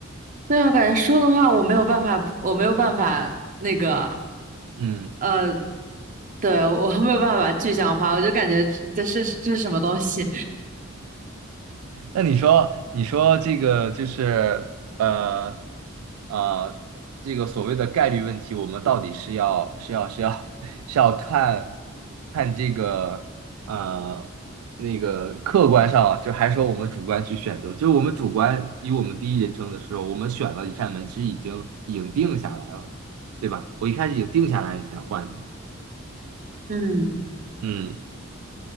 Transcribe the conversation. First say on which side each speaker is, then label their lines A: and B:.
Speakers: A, on the right (about 40°); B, on the right (about 85°).
A: 对啊，感觉说的话我没有办法，我没有办法那个，
B: 嗯。
A: 呃，对，我 <laughs> 没有办法具象化，我就感觉这是这是什么东西？
B: 那你说，你说这个就是呃呃，这个所谓的概率问题，我们到底是要是要是要 <laughs> 是要看看这个呃那个客观上啊，就还说我们主观去选择，就是我们主观以我们第一人称的时候，我们选了一扇门，其实已经已经定下来了，对吧？我一开始已经定下来，你才换，
A: <laughs> 嗯，
B: 嗯，